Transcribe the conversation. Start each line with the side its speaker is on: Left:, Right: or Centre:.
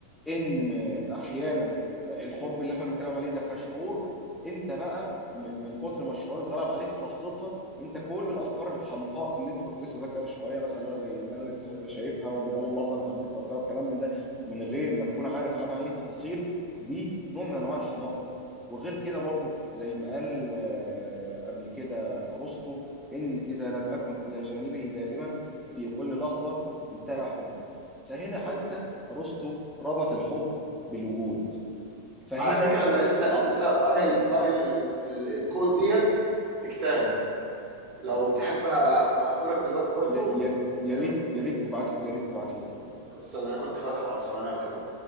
Centre: ان احيانا الحب اللي احنا بنتكلم عليه ده كشعور انت بقى م- من كتر ما الشعور اتغلب عليك في لحظتها انت كل الافكار الحمقاء اللي انت كنت لسه ذاكرها شويه مثلا اللي هو زي اللي انا لسه شايفها ومن اول لحظه انا حبيتها وبتاع والكلام من ده من غير ما تكون عارف عنها اي تفاصيل دي نوع من انواع الحماقه وغير كده برضو زي ما قال آه، قبل كده ارسطو ان اذا لم اكن الى جانبه دائما في كل لحظه انتهى حب فهنا
Right: بالظبط
Centre: حتى ارسطو ربط الحب بالوجود فهنا
Right: على فكره انا لسه
Centre: آه، آه،
Right: لسه قاري ال-
Centre: م-
Right: قاري ال- ال- الكود ديت في كتاب
Centre: م-
Right: لو
Centre: م-
Right: تحب ابعته لك دلوقتي برضو
Centre: يا يا-
Right: اتكلم
Centre: يا ريت يا ريت تبعت يا ريت تبعت لي الكتاب
Right: طب استنى انا كنت فاتحه ثواني اجيبه